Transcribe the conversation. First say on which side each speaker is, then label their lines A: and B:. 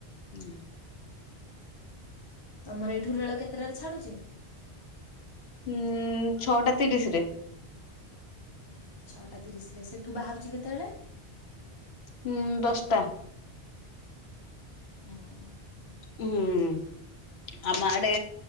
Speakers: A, on the left; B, on the left.
A: ଉଁ
B: ତମର ଏଠୁ ରେଳ କେତେଟାରେ ଛାଡୁଚି?
A: ହୁଁ ଛଅଟା ତିରିଶ ରେ
B: ଛଅଟା ତିରିଶରେ ସେଠୁ ବାହାରୁଛି କେତେବେଳେ?
A: ହୁଁ ଦଶଟା
B: ହଁ
A: ହୁଁ ଆମ ଆଡେ